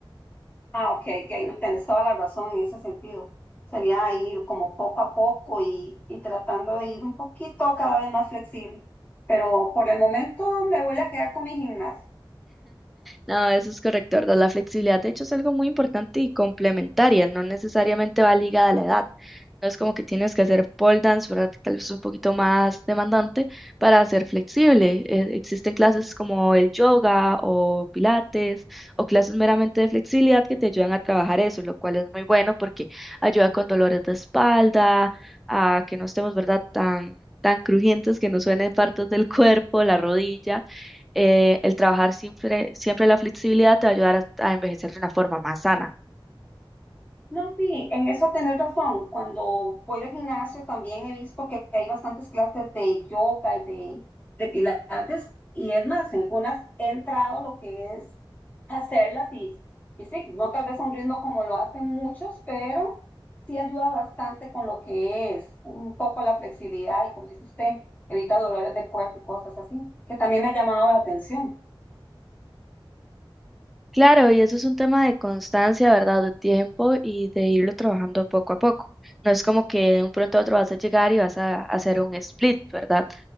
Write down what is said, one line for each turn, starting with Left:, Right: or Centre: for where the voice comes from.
Left: Ah, ok, ok, no tienes toda la razón en ese sentido. Sería ir como poco a poco y, y tratando de ir un poquito cada vez más flexible. Pero por el momento me voy a quedar con mi gimnasia.
Centre: No, eso es correcto, ¿verdad? La flexibilidad, de hecho, es algo muy importante y complementaria, no necesariamente va ligada a la edad. No es como que tienes que hacer pole dance, ¿verdad? que Tal vez es un poquito más demandante para ser flexible. Eh, existen clases como el yoga o pilates o clases meramente de flexibilidad que te ayudan a trabajar eso, lo cual es muy bueno porque ayuda con dolores de espalda, a que no estemos, ¿verdad? Tan, tan crujientes que nos suenen partes del <laughs> cuerpo, la rodilla eh, el trabajar siempre, siempre la flexibilidad te va a ayudar a, a envejecer de una forma más sana.
Left: No, sí, en eso tenés razón. Cuando voy al gimnasio también he visto que hay bastantes clases de yoga y de, de pilates. Y es más, en algunas he entrado lo que es hacerlas y, y sí, no tal vez a un ritmo como lo hacen muchos, pero sí ayuda bastante con lo que es un poco la flexibilidad y como dice usted, evita dolores de cuerpo y cosas así, que también me ha llamado la atención.
Centre: Claro, y eso es un tema de constancia, ¿verdad? De tiempo y de irlo trabajando poco a poco. No es como que de un pronto a otro vas a llegar y vas a, hacer un split, ¿verdad?